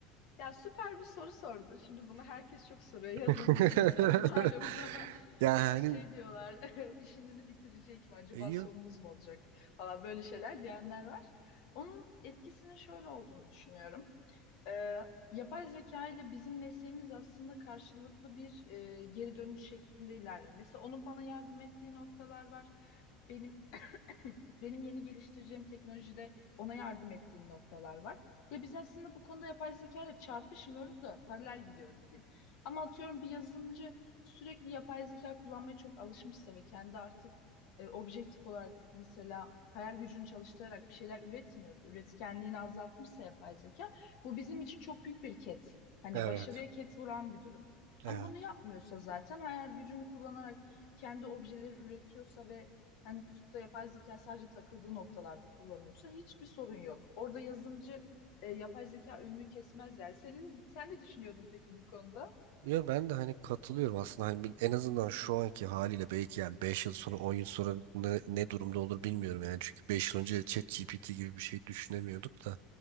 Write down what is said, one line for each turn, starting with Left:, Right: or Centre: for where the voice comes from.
Left: Ya süper bir soru sordun. Şimdi bunu herkes çok soruyor yazılımcılara.
Right: <laughs>
Left: <laughs> Malum <laughs>
Right: Yani
Left: İşte şey diyorlar <laughs> işinizi bitirecek mi acaba
Right: yok.
Left: sonunuz mu olacak falan böyle şeyler diyenler var. Onun etkisinin şöyle olduğunu düşünüyorum. Ee, yapay zeka ile bizim mesleğimiz aslında karşılıklı bir e, geri dönüş şeklinde ilerliyor. Mesela onun bana yardım ettiği noktalar var. Benim <laughs> benim yeni geliştireceğim teknolojide ona yardım ettiğim noktalar var. Ya biz aslında bu konuda yapay zeka ile çarpışmıyoruz da paralel gidiyoruz diyeyim. Ama atıyorum bir yazılımcı sürekli yapay zeka kullanmaya çok alışmışsa ve kendi artık e, objektif olarak mesela hayal gücünü çalıştırarak bir şeyler üretmiyor, üretkenliğini azaltmışsa yapay zeka bu bizim için çok büyük bir ket. Hani
Right: Evet.
Left: başarıya ket vuran bir durum.
Right: Evet.
Left: Ama bunu yapmıyorsa zaten hayal gücünü kullanarak kendi objeleri üretiyorsa ve hani tutup da yapay zeka sadece takıldığı noktalarda kullanıyorsa hiçbir sorun yok. Orada yazımcı e, yapay zeka önünü kesmez yani. Senin sen ne düşünüyordun peki bu konuda?
Right: Ya ben de hani katılıyorum aslında hani bir- en azından şu anki haliyle belki yani beş yıl sonra 10 yıl sonra ne, ne durumda olur bilmiyorum yani çünkü 5 yıl önce ChatGPT gibi bir şey düşünemiyorduk da